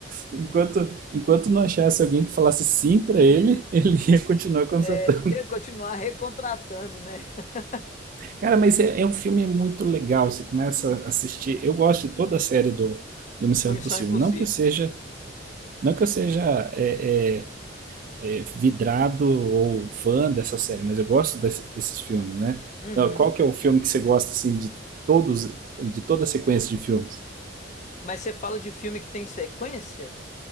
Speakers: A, on the right; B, on the left.
A: Enquanto, enquanto não achasse alguém que falasse sim pra ele, ele ia continuar contratando.
B: É, ia continuar recontratando, né? <laughs>
A: Cara, mas é, é um filme muito legal. Você começa a assistir. Eu gosto de toda a série do, do Missão
B: Do Missão
A: Impossível.
B: Impossível.
A: Não que eu seja, não que eu seja é, é, é, vidrado ou fã dessa série, mas eu gosto desse- desses filmes, né?
B: Uhum.
A: Então, Qual que é o filme que você gosta, assim, de todos, de toda a sequência de filmes?
B: Mas você fala de filme que tem sequência?